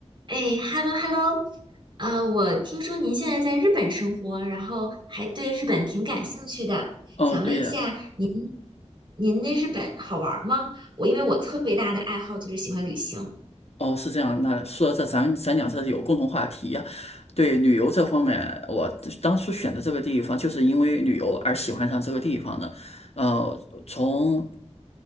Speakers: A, on the right; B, on the left.
A: 哎，hello hello，呃，我听说您现在在日本生活，然后还对日本挺感兴趣的，
B: 哦，
A: 想问一下，
B: 对的，
A: 您那日本好玩儿吗？我因为我特别大的爱好就是喜欢旅行。
B: 哦，是这样。那说到这，咱咱俩这是有共同话题呀。对旅游这方面，我当初选择这个地方，就是因为旅游而喜欢上这个地方的。呃，从